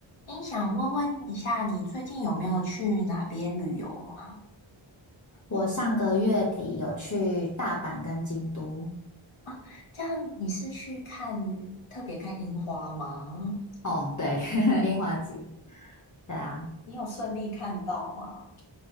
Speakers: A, on the left; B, on the left.
A: 诶，想问问一下，你最近有没有去哪边旅游吗？
B: 我上个月底有去大阪跟京都，
A: 啊，这样你是去看，特别看樱花吗？
B: 哦，对，<laughs> 樱花季，对啊，
A: 你有顺利看到吗？